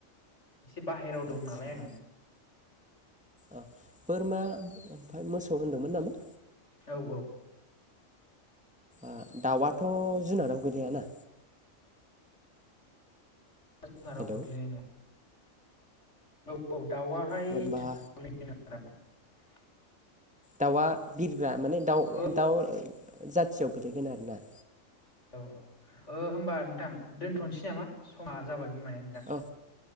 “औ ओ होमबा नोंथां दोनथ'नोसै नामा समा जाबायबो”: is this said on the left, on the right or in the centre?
Left